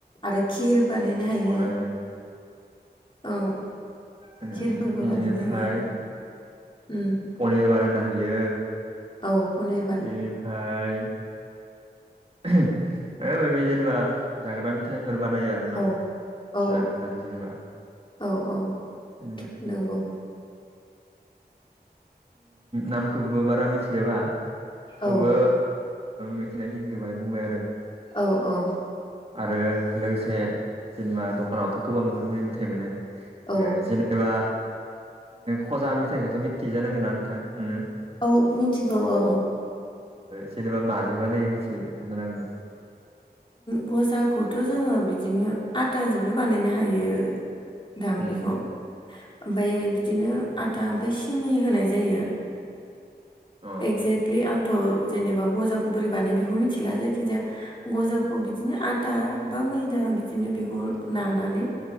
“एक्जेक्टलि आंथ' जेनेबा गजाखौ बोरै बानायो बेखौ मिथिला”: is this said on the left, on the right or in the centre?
Left